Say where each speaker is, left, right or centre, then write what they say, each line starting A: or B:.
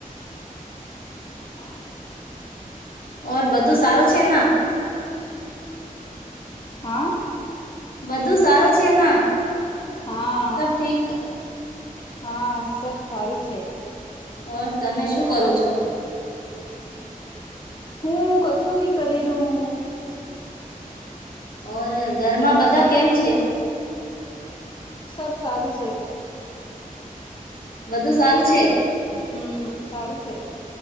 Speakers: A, on the left; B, on the left.
A: હા.
B: ઓર બધું સારું છે ના?
A: હા?
B: બધું સારો છે ના?
A: હા
B: સબ ઠીક?
A: હા સબ સારું છે.
B: હ તમે શું કરો છો?
A: હું કછું ની કરીરુ હું.
B: ઓર ઘરમાં બધા કેમ છે?
A: સબ સારું છે.
B: બધું સારું છે.
A: હમ્મ, સારું છે.